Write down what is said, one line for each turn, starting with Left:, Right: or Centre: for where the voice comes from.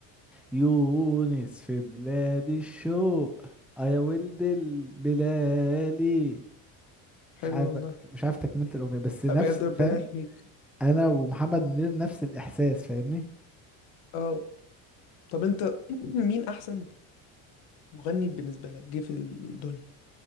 Centre: يونس في بلاد الشوق آه يا ولد البلالي مش
Left: حلو
Centre: عارف
Left: والله
Centre: بقى مش عارف تكملة الأغنية بس نفس
Left: لا، بجد ربنا
Centre: فاهم
Left: يحميك
Centre: أنا ومحمد منير نفس الإحساس فاهمني
Left: اه طب انت <clears throat> مين احسن مغني بالنسبه لك جه في الدنيا